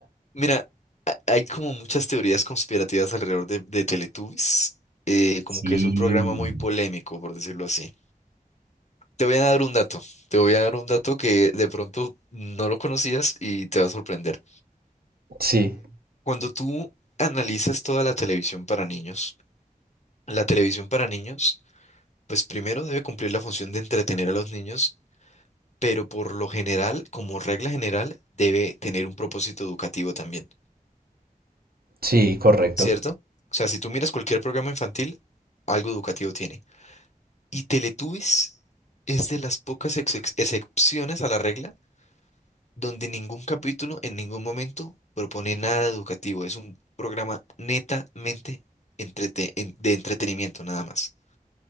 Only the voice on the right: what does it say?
Sí.
Sí,
sí, correcto.